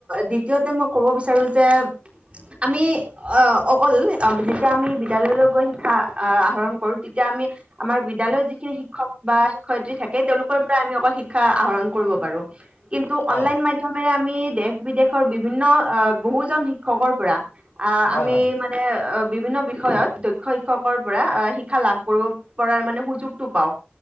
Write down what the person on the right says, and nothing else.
দ্বিতীয়তে মই ক'ব বিচাৰো যে আমি অ অকল যেতিয়া আমি বিদ্যালয়লৈ গৈ শিক্ষা আহ আহৰণ কৰো তেতিয়া আমি আমাৰ বিদ্যালয়ত যিখিন শিক্ষক বা শিক্ষয়িত্ৰী থাক তেওঁলোকৰ পৰা আমি অকল শিক্ষা শিক্ষা আহৰণ কৰিব পাৰো। কিন্তু
অনলাইন মাধ্যমেৰে আমি <unintelligible> বিদেশৰ বিভিন্ন বহুজন শিক্ষকৰ পৰা, অ',
আমি
মানে অ', বিভিন্ন বিষয়ত দক্ষ শিক্ষকৰ পৰা শিক্ষা লাভ কৰিব পাৰ মানে সুযোগটো পাওঁ।